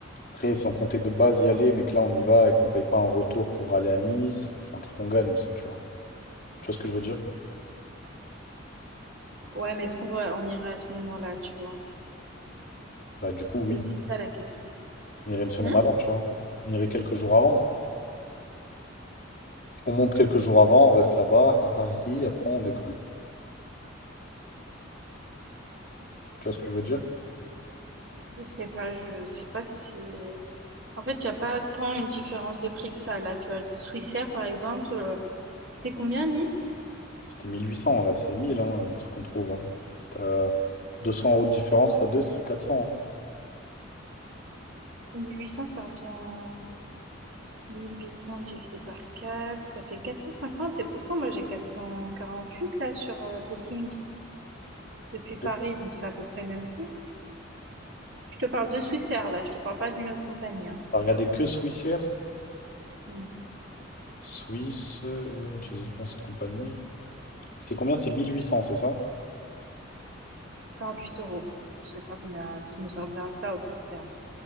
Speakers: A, on the left (about 45°); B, on the right (about 75°).
A: Après, si on comptait de base y aller, mais que là, on y va et qu'on paye pas un retour pour aller à Nice, c'est un truc qu'on gagne aussi, tu vois. Tu vois ce que je veux dire?
B: Ouais, mais est-ce qu'on va... on irait à ce moment-là, tu vois?
A: Bah du coup, oui.
B: C'est aussi ça la question.
A: On irait une semaine
B: Hmm
A: avant, tu vois. On irait quelques jours avant. On monte quelques jours avant, on reste là-bas, ah ah, hi, après on décolle. Tu vois ce que je veux dire?
B: Je sais pas, je sais pas si c'est... En fait, il n'y a pas tant une différence de prix que ça. Là, tu as Swissair, par exemple, euh, c'était combien Nice?
A: C'était 1800, là, c'est 1000, hein, les trucs qu'on trouve. Hein. T'as 200 euros de différence fois 2, ça fait 400.
B: mille huit cents ça revient... mille huit cents divisé par 4 ça fait quatre cent cinquante Et pourtant, moi, j'ai 448 là sur euh, Booking depuis Paris,
A: Hein. Ouais.
B: donc c'est à peu près le même prix. Je te parle de Swissair, là, je te parle pas d'une autre compagnie. hein.
A: T'as regardé que Swissair?
B: Hmm.
A: Swiss, euh, utiliser comment cette compagnie? C'est combien? C'est 1800, c'est ça?
B: huit euros. Je sais pas combien ça me servira ça à peu près. hein.